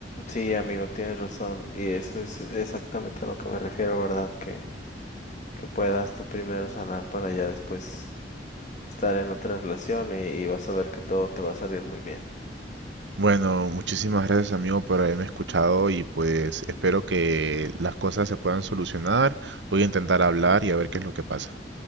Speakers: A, on the left (about 45°); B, on the right (about 80°).
A: Sí, amigo, tienes razón. Y eso es exactamente a lo que me refiero, ¿verdad? Que, que puedas tú primero sanar para ya después estar en otra relación y, y vas a ver que todo te va a salir muy bien.
B: Bueno, muchísimas gracias amigo por haberme escuchado y pues espero que las cosas se puedan solucionar. Voy a intentar hablar y a ver qué es lo que pasa.